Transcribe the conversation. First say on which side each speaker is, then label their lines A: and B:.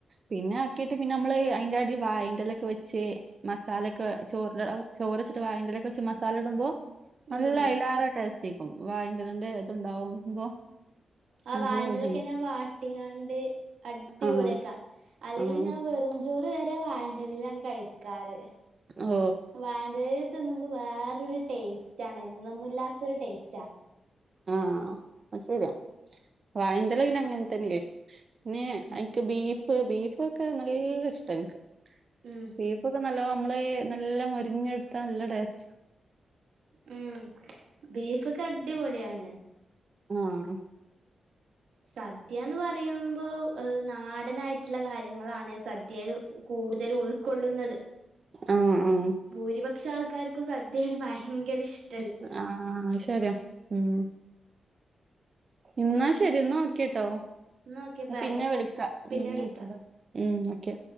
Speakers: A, on the right (about 35°); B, on the right (about 80°).
A: പിന്നെ ആക്കിയിട്ട് പിന്നെ നമ്മള് അയിന്റെ അടി വായെന്റാലൊക്കെ വെച്ച് മസാലയൊക്കെ ചോറിന് ചോറ് വച്ചിട്ട് വായന്റെലാക്കെ വെച്ച് മസാല ഇടുമ്പോ നല്ല
B: ഉം
A: ഐലേറെ ടേസ്റ്റാക്കും വായിന്റെ എലേന്റെ ഇതുണ്ടാവുമ്പോ
B: ആഹ്
A: നല്ല
B: വായന്റെ
A: രുചിയായി
B: ഇലക്കെന്നെ വാട്ടിങ്ങാണ്ട് അടിപൊളിയാക്കാം
A: ആഹ്
B: അല്ലേലും
A: ആഹ്
B: ഞാൻ വെറുചോറ് വരെ വായേന്റെ ഇലയിലാണ് കഴിക്കാറ്
A: ഓ
B: വായേന്റെ ഇലേല് തിന്നുമ്പോ വേറൊരു ടേസ്റ്റാണ് എന്നൊന്നുല്ലാത്തരു ടേസ്റ്റാ
A: ആഹ് അത് ശരിയാ വായേന്റെ ഇല പിന്നെ അങ്ങനെ തന്നെയല്ലേ പിന്നെ
B: ഉം
A: ഐക്ക് ബീഫ് ബീഫൊക്കെ നല്ല ഇഷ്ടവാ എനിക്ക്
B: ഉം
A: ബീഫ് ഒക്കെ നല്ലോ നമ്മള് നല്ല മരിഞ്ഞെടുത്താ നല്ല ടേസ്റ്റ്-
B: ഉം ബീഫക്കെ അടിപൊളിയാണ്
A: ആഹ്
B: സദ്യന്ന് പറയുമ്പോ നാടനായിട്ടുള്ള കാര്യങ്ങളാണ് സദ്യല് കൂടുതലും ഉൾക്കൊള്ളുന്നത്
A: ആഹ് ആഹ്
B: ബുരിപക്ഷ ആൾക്കാർക്കും സദ്യയാണ് ഭയങ്കര ഇഷ്-
A: ഉം ആഹ് ആഹ് ശെരിയാ ഉം ഇന്നാ ശെരിന്നാഓക്കെട്ടോ
B: ന്നാ ഓക്കെ ബൈ
A: പിന്നെ വിളിക്കാം
B: പിന്നെ
A: ഉം
B: വിളിക്കാം
A: ഓക്കെ ബൈ ഉം ഓക്കെ